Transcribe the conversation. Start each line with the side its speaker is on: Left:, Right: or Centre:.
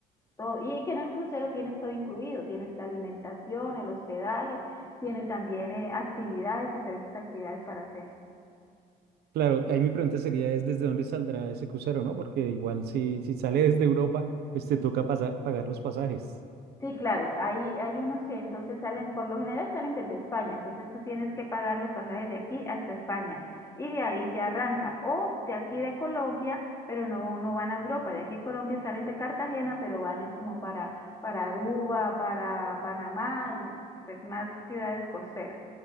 Left: todo. Y que en el crucero tienes todo incluido, tienes la alimentación, el hospedaje, tiene también eh, actividades, diferentes actividades para hacer.
Right: Claro, ahí mi pregunta sería es desde dónde saldrá ese crucero, ¿no? Porque igual si, si sale desde Europa, pues te toca pasa- pagar los pasajes.
Left: Sí, claro, hay, hay unos que entonces salen, por lo general salen desde España, entonces tú tienes que pagar los pasajes de aquí hasta España y de ahí ya arranca, o de aquí de Colombia, pero no, no van a Europa, de aquí a Colombia salen de Cartagena, pero van es como para, para Aruba, para Panamá, pues más ciudades costeras,